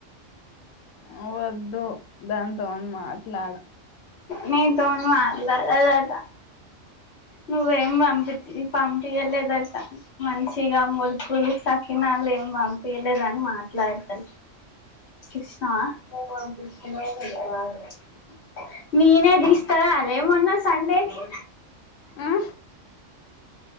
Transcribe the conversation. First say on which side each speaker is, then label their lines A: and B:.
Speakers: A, on the left; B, on the left.
A: అవు ద్దు దాంతోను మాట్లాడ
B: నీతోన్ మాట్లాడదట నువ్వేం పంపిించ పంపించలేదంట మంచిగా మురుకులు సకినాలు ఏం పంపియలేదని మాట్లాడత చూసినవా <unintelligible> నీనే దిస్కారా లే మొన్న సండేకి
A: ఆ అ